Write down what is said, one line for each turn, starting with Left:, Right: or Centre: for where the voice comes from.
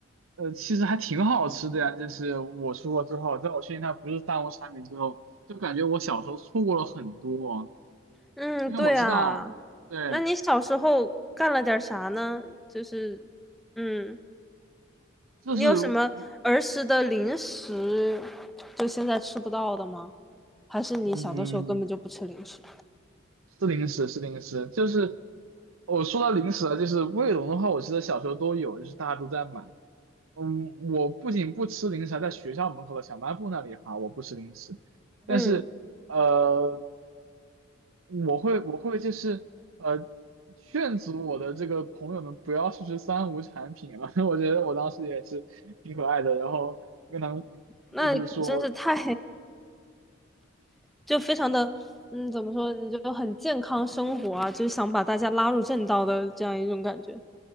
Right: 呃，其实还挺好吃的呀。就是我出国之后，在我确定它不是三无产品之后，就感觉我小时候错过了很多，
Centre: 嗯，
Right: 因为我知道，
Centre: 对啊。
Right: 对，
Centre: 那你小时候干了点儿啥呢？就是，嗯，
Right: 就是我
Centre: 你有什么儿时的零食，就现在吃不到的吗？还是你小的时候根本就不吃零食？
Right: 嗯，是零食，是零食，就是我说到零食了，就是卫龙的话，我记得小时候都有，就是大家都在买。嗯，我不仅不吃零食，还在学校门口的小卖部那里哈，我不吃零食。但是呃，
Centre: 嗯，
Right: 我会我会就是呃劝阻我的这个朋友们不要去吃三无产品了，<laughs> 我觉得我当时也是挺可爱的，然后跟他们
Centre: 那你可真是太，
Right: 就是说
Centre: 就非常的，嗯，怎么说，你就很健康生活啊，就是想把大家拉入正道的这样一种感觉。